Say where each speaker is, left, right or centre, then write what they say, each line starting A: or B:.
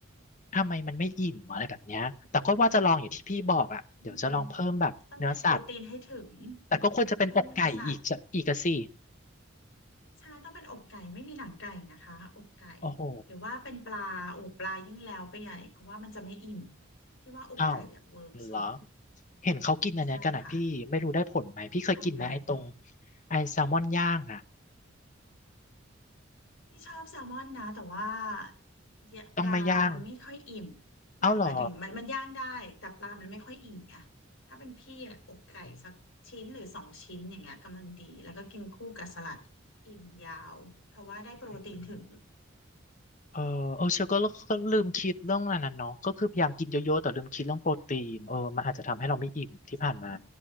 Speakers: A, on the left; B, on the left.
A: ทำไมมันไม่อิ่มอะไรแบบเนี้ยแต่ก็ว่าจะลองอย่างที่พี่บอกอะเดี๋ยวจะลองเพิ่มแบบเนื้อสัตว์
B: อืมต้องกินโปรตีนให้ถึง
A: แต่ก็ควรจะเป็นอกไก่อีกจะอีกอะสิ
B: เพิ่มเนื้อสัตว์ใช่ต้องเป็นอกไก่ไม่มีหนังไก่นะคะอกไก่
A: โอ้โห
B: หรือว่าเป็นปลาโอ้ปลายิ่งแล้วไปใหญ่เพราะว่ามันจะไม่อิ่มพี่ว่าอกไก่อะเวิร์กสุด
A: อ้าวเหรอเห็นเขากินอันเนี้ยกันอะพี่ไม่รู้ได้ผลไหมพี่เคยกินไหมไอ้ตรง
B: ใช่ค่ะอะไรคะ
A: ไอ้แซลมอนย่างอะ
B: ที่ชอบแซลมอนนะแต่ว่าเนี่ยปลามันไม่ค่อยอิ่ม
A: ต้องไม่ย่าง
B: ไม่หมายถึงมันมันย่างได้แต่ปลามันไม่ค่อยอิ่มไง
A: เอ้าเหรอ
B: ถ้าเป็นพี่อะอกไก่สักชิ้นหรือสองชิ้นอย่างเงี้ยกำลังดีแล้วก็กินคู่กับสลัดอิ่มยาวเพราะว่าได้โปรตีนถึง
A: อืม เออเออเชลก็ก็ลืมคิดเรื่องันนั้นน่ะเนาะก็คือพยายามกินเยอะๆแต่ลืมคิดเรื่องโปรตีนเออมันอาจจะทำให้เราไม่อิ่มที่ผ่านมา
B: ใช่